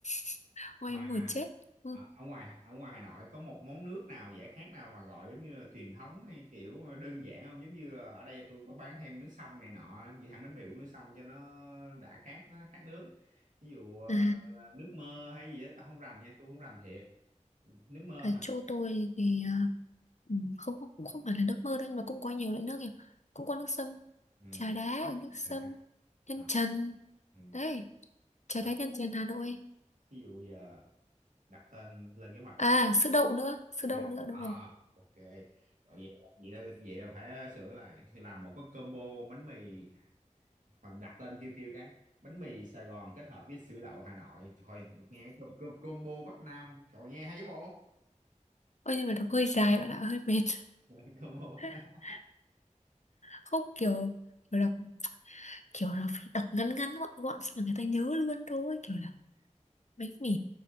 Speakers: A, on the left (about 65°); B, on the right (about 80°).
A: <laughs> ôi
B: mà
A: em ngồi chết Ừ.
B: Ờ, ở ngoài ở ngoài Hà Nội có một món nước nào giải khát nào mà gọi giống như là truyền thống hay kiểu đơn giản không giống như là ở đây tôi có bán thêm nước sâm này nọ như hàng bánh mì uống nước sâm cho nó đã khát nó khát nước ví dụ ờ,
A: à
B: là nước mơ hay gì đó tao không rành nha tôi không rành thiệt nước mơ
A: Ở
B: hả
A: chỗ tôi thì à, ừ, không không- cũng không phải là nước mơ đâu nhưng mà cũng có nhiều loại nước nhỉ cũng có nước sâm
B: ừ
A: trà đá nước sâm
B: đây là ha
A: nhân
B: Ờ,
A: trần
B: ừ.
A: đấy trà
B: đó
A: đá nhân trần Hà Nội
B: ví dụ giờ đặt tên lên kế hoạch
A: à
B: đặt
A: sữa đậu nữa sữa đậu
B: chữ đặt
A: nữa đúng
B: à
A: rồi
B: ok rồi vậy vậy là, vậy là phải sửa lại làm một cái combo bánh mì Phải đặt tên kêu kêu cái bánh mì Sài Gòn kết hợp với sữa đậu Hà Nội thôi nghe com- com- combo Bắc Nam trời nghe hay bộ
A: ôi nhưng mà đọc hơi dài bạn ạ hơi mệt
B: <laughs> combo
A: <laughs>
B: Bắc Nam
A: không kiểu kiểu đọc kiểu là phải đọc ngắn ngắn gọn gọn sao là người ta nhớ luôn thôi kiểu là bánh mì